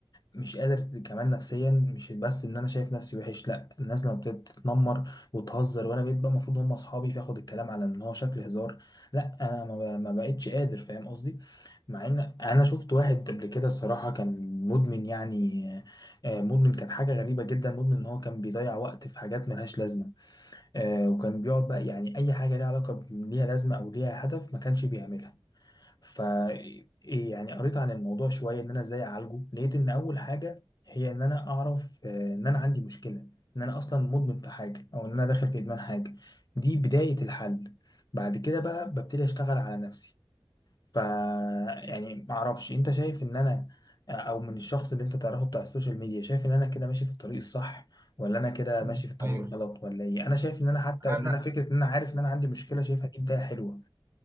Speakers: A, on the left; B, on the right.
A: مش قادر كمان نفسيا مش بس ان انا شايف نفسي وحش لا الناس لما ابتدت تتنمر وتهزر وانا بقيت بقى المفروض هم اصحابي فاخد الكلام على ان هو شكل هزار لا انا ما ب- ما بقتش قادر فاهم قصدي مع ان انا شفت واحد قبل كده الصراحة كان مدمن يعني آه، مدمن كان حاجة غريبة جدا مدمن ان هو كان بيضيع وقت في حاجات ملهاش لازمة آه، وكان بيقعد بقى يعني اي حاجة ليها علاقة ب- ليها لازمة او ليها هدف ما كانش بيعملها ف إيه يعني قريت عن الموضوع شويه ان انا ازاي اعالجه لقيت ان اول حاجه هي ان انا اعرف آه، ان انا عندي مشكله ان انا اصلا مدمن في حاجه او ان انا داخل في ادمان حاجه دي بدايه الحل بعد كده بقى ببتدي اشتغل على نفسي ف يعني ما اعرفش انت شايف ان انا آه، او من الشخص اللي انت تعرفه بتاع السوشيال ميديا شايف ان انا كده ماشي في الطريق الصح ولا انا كده
B: مم.
A: ماشي في الطريق
B: ايوه
A: الغلط ولا ايه انا شايف ان انا حتى
B: انا
A: ان انا فكره ان انا عارف ان انا عندي مشكله شايفها دي بدايه حلوه